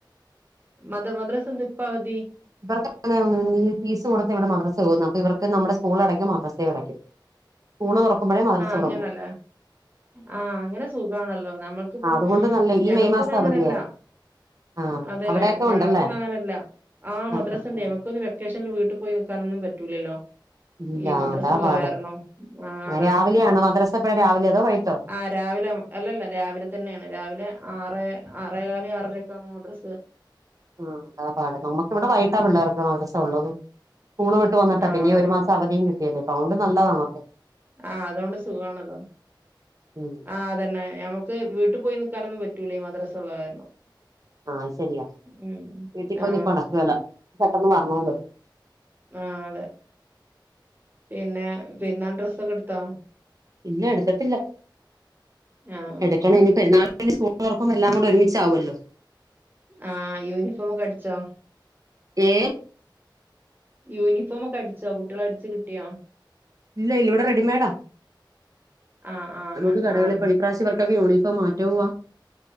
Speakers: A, on the right; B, on the right.
A: മദ് മദ്രസ് എന്താ ഇപ്പൊ അവദി
B: ഇവർക്ക അങ്ങനെനീ ഫീസ് കൊടുത്ത് ഇവിടെ മദ്രസ പോകന്ന ഇവർക്ക് നമ്മുടെ സ്കൂളടയ്ക്കും മദ്രസ അടയ്ക്കും സ്കൂള് തുറക്കുമ്പോഴേ മദ്രസ തുറക്കു
A: അങ്ങനല്ല ആഹ് അങ്ങനെ സുഖണല്ലോ നമ്മൾക്കിപ്പോൊ
B: ആ അതുകൊണ്ട് നല്ല ഈ
A: ഞങ്ങൾക്കൊന്നും
B: മെയ് മാസം
A: അങ്ങനെയല്ല.
B: അവധിയായിരുന്നു ആ
A: അതെല്ലേ
B: അവിടെയൊക്കെ
A: ഞങ്ങക്കൊന്നും
B: ഉണ്ടല്ലേ
A: അങ്ങനെയല്ല ആഹ്
B: ആ
A: മദ്രാസിണ്ടെ
B: ആ ആ
A: വക്കൊന്ന് വെ ക്കേഷൻല് വീട്ടിപ്പോയി നിക്കാനൊന്നും പറ്റൂലല്ലോ
B: ഇല്ല
A: ഈ മദ്രസള്ള
B: അതാ പാട്
A: കാരണം ആഹ്
B: ആ
A: താണ്
B: രാവിലെയാണോ
A: ഹ്
B: മദ്രസ എപ്പഴാ രാവിലെ അതോ വൈകിട്ടോ
A: ആഹ് രാവിലെ മ് അല്ലല്ല രാവിലെ തന്നേണ് രാവിലെ ആറേ ആറേകാല് ആറരയൊക്കെ ആവുമ്പോ മദ്രസ്സ
B: ആഹ് അതാ പാട് നമ്മക്കിവടെ വൈട്ടാ
A: ഉം.
B: പിള്ളേർക്ക് മദ്രസ ഉള്ളത് സ്കൂള് വിട്ട് വന്നട്ടാ
A: ആ
B: പിന്നീ ഒരു
A: ആ.
B: മാസം അവധിയും കിട്ടിയല്ലേ അപ്പ ഓണ്ട് നല്ലതാ നമക്ക്
A: ആഹ് അതോണ്ട് സുഖാണല്ലോ
B: ഉം
A: ആഹ് അതന്നെ ഞമുക്ക് വീട്ടിപ്പോയി നിക്കാനൊന്നും പറ്റൂലേ മദ്രസള്ള കാരണം
B: ആഹ് ശരിയാ
A: ഉം
B: വീട്ടിപ്പോയി
A: ആ.
B: നിപ്പ് നടക്കുവേല പെട്ടെന്ന് വറണോല്ലോ?
A: ആഹ് അതെ പിന്നേ പെരുന്നാൾ ഡ്രസ്സൊക്കെടുത്തോ?
B: ഇല്ല എടുത്തട്ടില്ല
A: ആ.
B: എടുക്കണം ഇനി പെരുന്നാൾ ഇനി സ്കൂള് തുറകുപ്പും എല്ലാം കൂടെ ഒരുമിച്ചാകുവല്ലോ
A: ആഹ് യൂനിഫോമൊക്ക അടിച്ചോ?
B: ഏ
A: യൂനിഫോമൊക്ക അടിച്ചോ കുട്ടികള് അടിച്ച് കിട്ടിയോ?
B: ഇല്ല ഇല്ല ഇവിടെ റെഡിമേഡാ.
A: ആഹ് ആഹ്
B: നമുക്ക്
A: അങ്ങ
B: കടകളിപ്പ
A: ആഹ്
B: ഇപ്രാശ്യം ഇവർക്ക്ക്കൊ യൂണിഫോം മാറ്റൗവാ